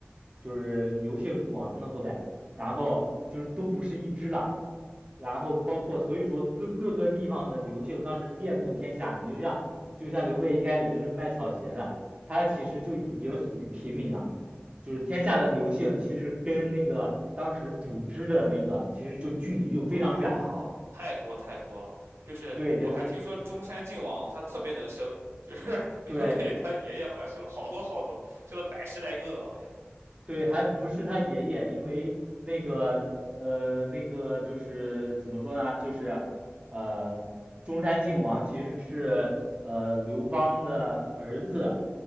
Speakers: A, on the right; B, on the right.
A: 就是刘姓楚王的后代，然后就是都不是一支了。然后包括所以说各各个地方的刘姓当时遍布天下，你就像就像刘备一开始就是卖草鞋的，他其实就已经属于平民了，就是天下的刘姓其实跟那个当时主织的那个其实就距离就非常远了，
B: 哦，太多太多了。就是我还听说中山靖王他特别能生，
A: 对，真
B: 就是 <laughs> 刘备他爷爷好像生了好多好多，
A: 对，对，
B: 生了百十来个好像。
A: 对，还不是他爷爷，因为那个呃，那个就是怎么说呢，就是呃，中山靖王其实是呃刘邦的儿子，